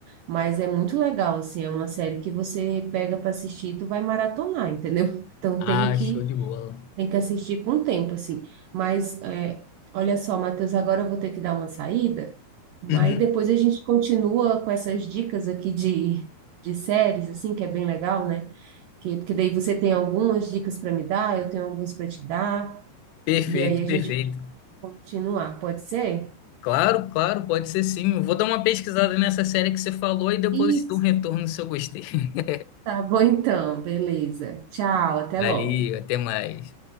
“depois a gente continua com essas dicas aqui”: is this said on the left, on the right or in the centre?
Right